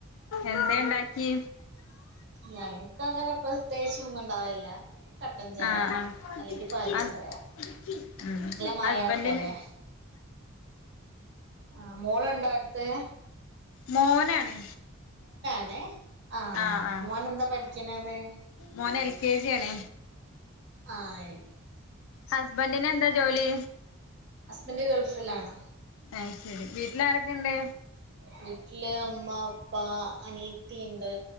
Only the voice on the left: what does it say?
എന്തേ ഉണ്ടാക്കി
ആഹ് ആഹ്
ഹസ് ഉം
ഹസ്ബന്റിന്
മോനാണ്
ആഹ് ആഹ്
മോന് എൽ കെ ജി ആണ്
ഹസ്ബൻഡിന് എന്താ ജോലി
അയ് ശരി വീട്ടിലാരൊക്കെ ഇണ്ട്